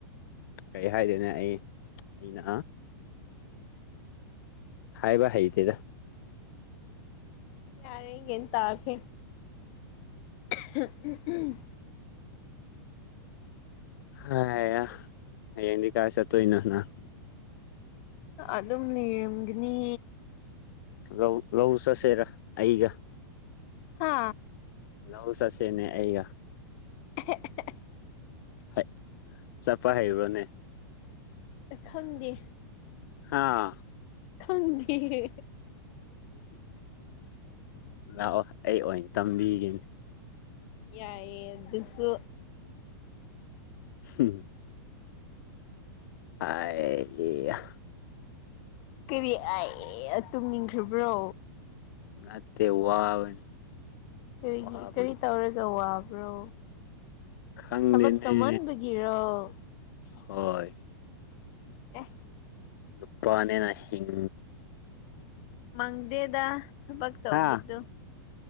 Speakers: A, on the left; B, on the left.
A: ꯀꯩ ꯍꯥꯏꯗꯣꯏꯅꯣ ꯑꯩ ꯑꯩꯅꯥ ꯍꯥꯏꯕ ꯍꯩꯇꯦꯗ
B: ꯌꯥꯔꯦ ꯒꯦꯟ ꯇꯥꯈ꯭ꯔꯦ <unintelligible>
A: ꯍꯥꯏꯌꯥ ꯍꯌꯦꯡꯗꯤ ꯀꯥꯏ ꯆꯠꯇꯣꯏꯅꯣ ꯅꯪ
B: ꯑꯗꯨꯝ ꯅꯤꯔꯝꯒꯅꯤ
A: ꯂꯧ ꯂꯧ ꯆꯠꯁꯦꯔ ꯑꯩꯒ
B: ꯍꯥ
A: ꯂꯧ ꯆꯠꯁꯦꯅꯦ ꯑꯩꯒ
B: <unintelligible>
A: ꯍꯩ ꯆꯠꯄ ꯍꯩꯕ꯭ꯔꯣꯅꯦ
B: ꯑꯩ ꯈꯪꯗꯦ
A: ꯑꯥ
B: ꯈꯪꯗꯤꯌꯦ
A: ꯂꯥꯛꯑꯣ ꯑꯩ ꯑꯣꯏꯅ ꯇꯝꯕꯤꯒꯦꯅꯦ
B: ꯌꯥꯏꯌꯦ ꯑꯗꯨꯁꯨ
A: <unintelligible> <unintelligible>
B: ꯀꯔꯤ <unintelligible> ꯇꯨꯝꯅꯤꯡꯈ꯭ꯔꯕ꯭ꯔꯣ
A: ꯅꯠꯇꯦ ꯋꯥꯕꯅꯤ
B: ꯀꯔꯤꯒꯤ
A: ꯋꯥꯕꯒꯤ
B: ꯀꯔꯤ ꯇꯧꯔꯒ ꯋꯥꯕ꯭ꯔꯣ
A: ꯈꯪꯗꯦꯅꯦ
B: ꯊꯕꯛ ꯇꯧꯃꯟꯕꯒꯤꯔꯣ
A: ꯍꯣꯏ
B: ꯑꯦ
A: ꯅꯨꯄꯥꯅꯦꯅ ꯍꯤꯡ
B: ꯃꯪꯗꯦꯗ ꯊꯕꯛ ꯇꯧꯕꯗꯨ
A: ꯍꯥ